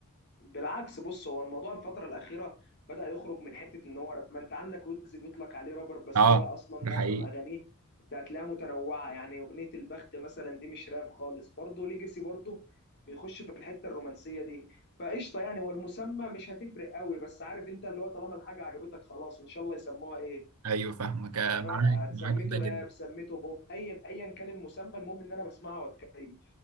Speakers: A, on the left; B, on the right.
A: بالعكس بص هو الموضوع الفترة الأخيرة بدأ يخرج من حتة إن هو راب ما أنت عندك ويجز بيطلق عليه رابر بس
B: اه
A: هو أصلا
B: ده
A: معظم
B: حقيقي
A: أغانيه أنت هتلاقيها متنوعة يعني أغنية البخت مثلا دي مش راب خالص برضه ليجاسي برضه بيخش في الحتة الرومانسية دي فقشطة يعني والمسمى مش هتفرق قوي بس عارف أنت اللي هو طالما الحاجة عجبتك خلاص إن شاء الله يسموها إيه
B: ايوه فاهمك آه،
A: مش فارقة
B: معاك معاك
A: سميته
B: في ده جدا
A: راب سميته بوب أي أيا كان المسمى المهم إن أنا بسمعها وأتكيف